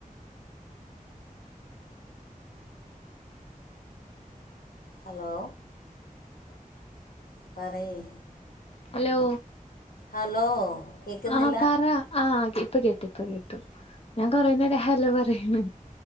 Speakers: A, on the left; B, on the left.
A: ഹലോ പറയ്
B: ഹലോ
A: ഹലോ കേൾക്കുന്നില്ല
B: ആഹ പറാ ആ ഇപ്പൊ <unintelligible> ഇപ്പൊ കേട്ടു ഞാൻ കൊറെ നേരം ഹലോ പറയാണ്